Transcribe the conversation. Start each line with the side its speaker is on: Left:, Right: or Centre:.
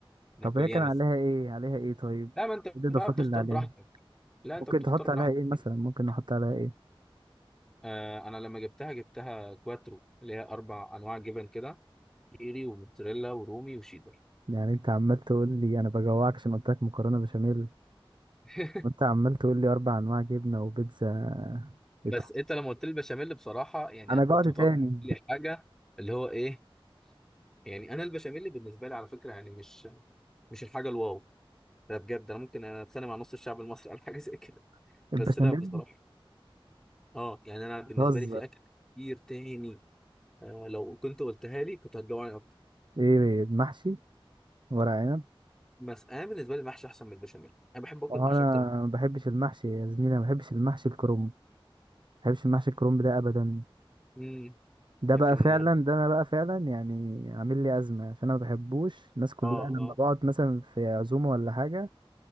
Centre: نابوليان
Right: طب هي كان عليها ايه عليها ايه طيب
Centre: لا ما أنت
Right: ايه الاضافات
Centre: بقى بتختار
Right: اللي عليها
Centre: براحتك لا انت
Right: ممكن
Centre: بتختار
Right: تحط
Centre: براحتك
Right: عليها ايه مثلا ممكن نحط عليها ايه
Centre: آه انا لما جبتها جبتها كواترو اللي هي اربع انواع جبن كده كيري وموتزاريلا ورومي وشيدر
Right: يعني انت عمال تقول لي انا بجوعك عشان قلت لك مكرونة بشاميل
Centre: <laughs>
Right: وانت عمال تقول لي اربع انواع جبنة وبيتزا ايه
Centre: بس
Right: طب
Centre: انت لما قلت لي البشاميل بصراحه يعني
Right: انا
Centre: انا
Right: جوعت
Centre: كنت
Right: تاني
Centre: متوقع لي حاجه اللي هو ايه يعني انا البشاميل بالنسبه لي على فكره يعني مش مش الحاجه الواو ده بجد انا ممكن اتخانق مع نص الشعب المصري على حاجه <laughs> زي كده
Right: <laughs> البشاميل
Centre: بس لا بصراحه اه يعني انا بالنسبه
Right: بتهزر
Centre: لي في اكل كتير تاني آه لو كنت قلتها لي كنت هتجوعني اكتر
Right: ايه المحشي ورق عنب
Centre: بس انا بالنسبه لي المحشي احسن من البشاميل انا بحب اكل
Right: انا
Centre: المحشي اكتر
Right: ما بحبش المحشي يا زميلي أنا ما بحبش المحشي الكرنب ما بحبش المحشي الكرنب ده ابدا
Centre: امم
Right: ده
Centre: لكن
Right: بقى فعلا ده انا بقى فعلا يعني عامل لي ازمه عشان انا ما بحبوش الناس كلها
Centre: اه
Right: لما
Centre: اه
Right: بقعد مثلا في عزومه ولا حاجه